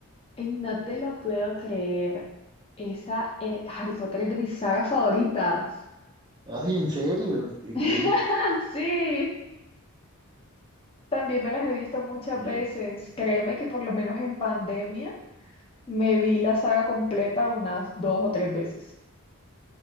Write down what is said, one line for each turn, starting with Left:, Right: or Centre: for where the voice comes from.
Left: Ey, no te lo puedo creer. Esa eh, Harry Potter es de mis sagas favoritas.
Right: Ay, ¿en serio? Y-
Left: <laughs>
Right: y-
Left: Sí, también me las he visto muchas
Right: y-
Left: veces. Créeme que por lo menos en pandemia me vi la saga completa unas dos o tres veces.